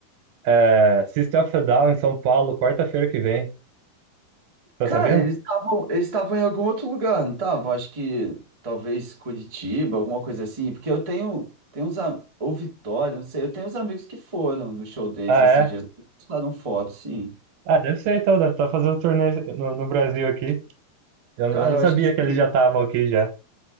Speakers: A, on the right; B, on the right.
A: é, System of a Down em São Paulo, quarta-feira que vem. Tá
B: Cara,
A: sabendo?
B: eles estavam, eles estavam em algum outro lugar, não estavam? Acho que talvez Curitiba, alguma coisa assim, porque eu tenho, tenho uns, a- ou Vitória, não sei, eu tenho uns amigos que foram no show deles
A: Ah,
B: esses
A: é?
B: dias, postaram foto, sim.
A: Ah, deve ser então, deve estar fazendo turnê no, no Brasil aqui. Eu, eu
B: Cara,
A: não
B: eu
A: sabia
B: acho que sim.
A: que eles já estavam aqui já.